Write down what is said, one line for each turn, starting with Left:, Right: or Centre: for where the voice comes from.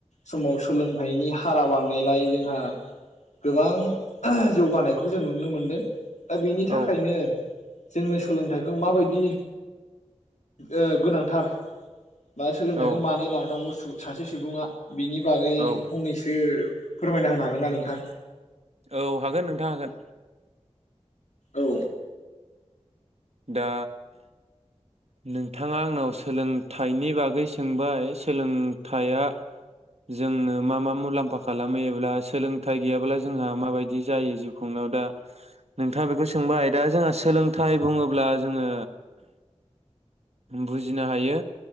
Left: समाव सोलोंथाइनि हारा बांनायलाय जोंहा गोबां ओह जौगानायखौ जों नुनो मोनदों। दा बेनि थाखायनो
Right: औ
Left: जोंनो सोलोंथाइखौ माबायदि ओ गोनांथार। बा सोलोंथाइखौ
Right: औ
Left: मानो लानांगौ सासे सुबुङा बिनि बागै
Right: औ
Left: फंनैसो फोरमायना होनो हागोन ना नोंथां?
Right: औ हागोन नोंथां हागोन
Left: औ
Right: दा नोंथाङा आंनाव सोलोंथाइनि बागै सोंबाय सोलोंथाइया जोंनो मा मा मुलाम्फा खालामो एब्ला सोलोंथाइ गैयाब्ला जोंहा माबायदि जायो जिउ खुंनायाव दा नोंथाङा बेखौ सोंबाय दा जोंहा सोलोंथाइ बुङो ब्ला जोङो बुजिनो हायो